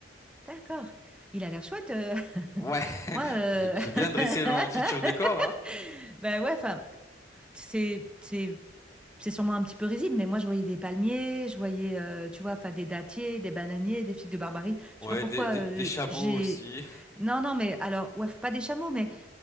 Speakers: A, in the centre; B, on the left.
A: D'accord. Il a l'air chouette. euh.
B: Ouais.
A: <laughs> Moi,
B: <laughs>
A: euh,
B: J'ai j'ai bien
A: <laughs>
B: dressé mon futur décor, hein.
A: bah ouais, enfin, c'est, c'est c'est sûrement un petit peu risible, mais moi, je voyais des palmiers, je voyais, heu, tu vois? Enfin, des dattiers, des bananiers, des figues de Barbarie. Je
B: Ouais,
A: sais pas pourquoi,
B: des, des,
A: heu,
B: des chameaux
A: j'ai
B: aussi.
A: non, non, mais alors, ouais, pas des chameaux, mais